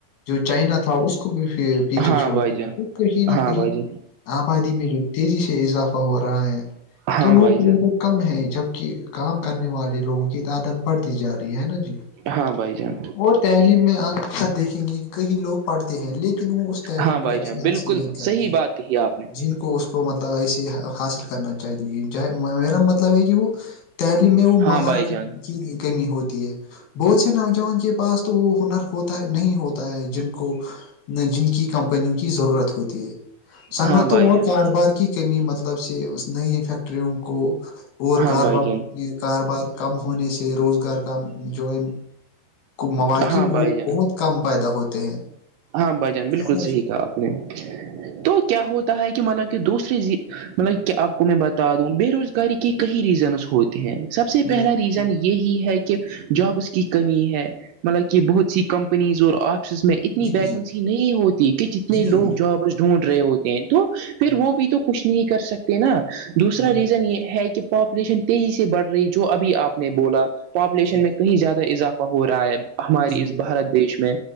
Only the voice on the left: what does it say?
جو چائنا تھا اس کو بھی پیچھے
چھوڑ
د
تو کہیں نہ
کہیں
آبادی میں جو تیزی سے اضافہ ہو رہا ہے
تو نوکریاں
تو کم ہے جب کہ کام کرنے والے لوگوں کی تعدت بڑھتی جا رہی ہے نا جی
وہ تعلیم میں اکثر دیکھیں گے کئی لوگ پڑھتے ہیں لیکن وہ اس تعلیم
کو ایسے
حاصل نہیں کرتے
جن کو اس کو مطلب ایسے حاصل کرنا چاہیتی میرا مطلب ہے کہ وہ تعلیم میں وہ
مہارت
کی کمی ہوتی ہے بہت سے نوجوان کے پاس تو وہ ہنر ہوتا ہے نہیں ہوتا ہے جن کو نہیں جن کی کمپنیوں کی ضرورت ہوتی ہے صنعتوں
اور
کاروبار کی کمی مطلب سے اس نئی فیکٹریوں کو اور
کاربار
کاروبار کم ہونے سے روزگار جو ہے مواقعب
وہ
بہت کم پیدا ہوتے ہیں
ہے نا
جی
جی
جی
جی
جی
بالکل
جی
جی
بالکل
جی
جی